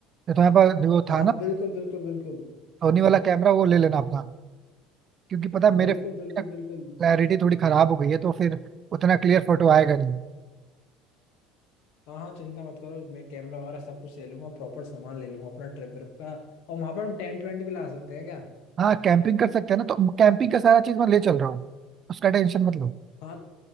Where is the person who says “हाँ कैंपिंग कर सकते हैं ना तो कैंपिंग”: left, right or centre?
Right